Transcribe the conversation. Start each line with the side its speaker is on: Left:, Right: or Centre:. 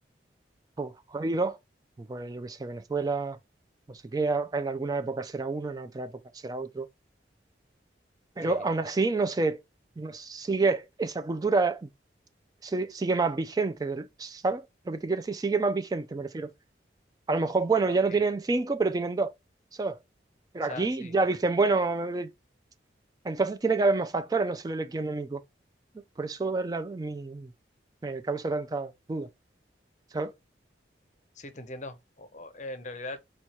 Right: uf, jodido, pues yo qué sé, Venezuela, no sé qué, a- en alguna época será uno, en otra época será otro, pero
Left: Sí,
Right: aún así no se, no sigue, esa cultura se- sigue más vigente, del- ¿sabes? Lo que te quiero decir, sigue más vigente, me refiero. A lo mejor, bueno,
Left: ah,
Right: ya
Left: ok.
Right: no
Left: O
Right: tienen cinco, pero tienen dos, ¿sabes? Pero
Left: sea,
Right: aquí
Left: sí.
Right: ya dicen, bueno, eh, entonces tiene que haber más factores, no solo el económico. Por eso es la- mi- me causa tanta duda, ¿sabes?
Left: Sí, te entiendo. O- o- en realidad